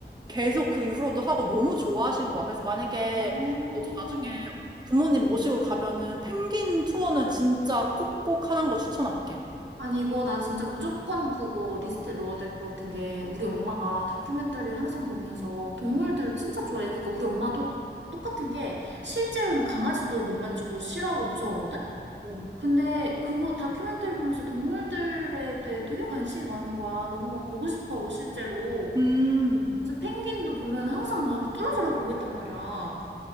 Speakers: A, on the right; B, on the right.
A: 계속 그 이후로도 하고 너무 좋아하신 거야. 그래서 만약에
B: 오.
A: 너도 나중에 부모님 모시고 가면은 펭귄 투어는 진짜 꼭꼭 하는 거 추천할게.
B: 아니, 이거 나 진짜 무조건 그거 리스트에 넣어야 될 것 같은 게, 우리 엄마가 다큐멘터리를 항상 보면서 동물들 진짜 좋아해. 그러니까 우리 엄마도 똑같은 게, 실제로는 강아지도 못 만지고 싫어하고 무서워하거든?
A: 음.
B: 근데 그거 다큐멘터리 보면서 동물들에 대해 되게 관심이 많은 거야. 너무 막 보고 싶어 하고, 실제로.
A: 음,
B: 그래서 펭귄도 보면 항상 막 뚫어져라 보고 있단 말이야.